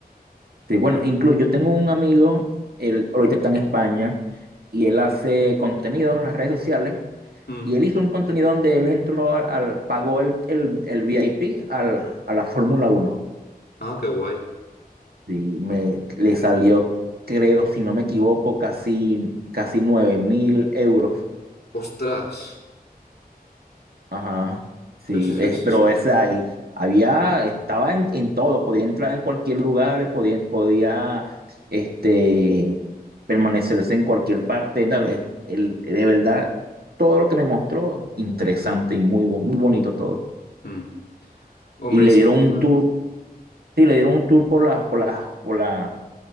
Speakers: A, on the right (about 75°); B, on the left (about 80°).
A: Sí, bueno, incluso yo tengo un amigo, él ahorita está en España y él hace contenido en las redes sociales
B: Mm.
A: y él hizo un contenido donde él entró al, al- pagó el, el, el VIP al, a la Fórmula Uno.
B: Ah, qué guay.
A: Sí, me, le salió, creo, si no me equivoco, casi, casi 9 mil euros.
B: Ostras,
A: Ajá, sí,
B: pues
A: es,
B: eso
A: pero
B: es...
A: ese ahí, había, estaba en, en todo, podía entrar en cualquier lugar, eh, podía, podía, este, permanecerse en cualquier parte. no, es- el- de verdad, todo lo que me mostró, interesante y muy, bo- muy bonito todo.
B: mm. Hombre,
A: Y le
B: y si
A: dieron
B: encima...
A: un tour, sí, le dieron un tour por la, por la, por la,